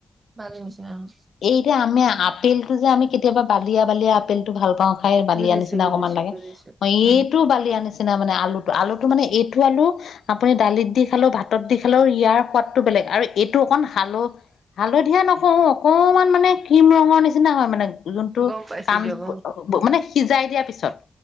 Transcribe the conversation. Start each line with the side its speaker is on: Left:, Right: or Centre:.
Right: বালিৰ নিচিনা অ
Left: এইযে আমি আপেলতো যে আমি কেতিয়াবা বালিয়া বালিয়া আপেল তো ভাল পাওঁ খাই বালিয়া
Right: বুজিছো
Left: নিচিনা
Right: বুজিছো
Left: অকনমান লাগে
Right: বুজিছো
Left: অ
Right: উম
Left: এইটো বালিয়া নি চিনা মানে আলুটো আলুটো মানে এইটো আলু আপুনি দালিত দি খালেও ভাতত দি খালেও ইয়াৰ সোৱাদটো বেলেগ আৰু এইটো অকণ হাল হালধীয়া নকও অকমান মানে ক্ৰীম ৰঙৰ নিচিনা হয় মানে যোনটো
Right: গম পাইছো
Left: কাম
Right: দিয়ক
Left: অ মানে সিজাই দিয়াৰ পিছত